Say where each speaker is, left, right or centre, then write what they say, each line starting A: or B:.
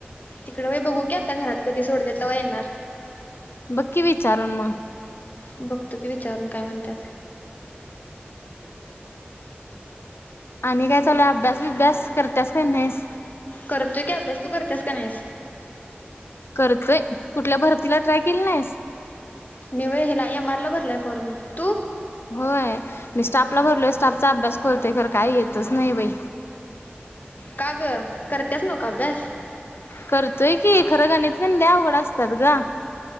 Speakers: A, on the left (about 45°); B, on the left (about 80°).
A: तिकडे वय बघू की आता घरात कधी सोडत्यात तवा येणार.
B: बघ की विचारून मग.
A: बघतो की विचारून काय म्हणतात.
B: आणि काय चालूय अभ्यास बिभ्यास करत्यास कि नाहीसं.
A: करतोय की अभ्यास तू करतेस का नाहीस?
B: करतोय. कुठल्या भरतीला ट्राय केली नाहीस.
A: मी व्हयं व हेला एम आर ला भरलाय फॉर्म. तु
B: होय, मी स्टाफला भरलोय. स्टाफचा अभ्यास करतोय खर काही येतच नाही बाई
A: का ग करतेस नवका अभ्यास.
B: करतोय की खरं गाणित तेन लय अवघड असतात गं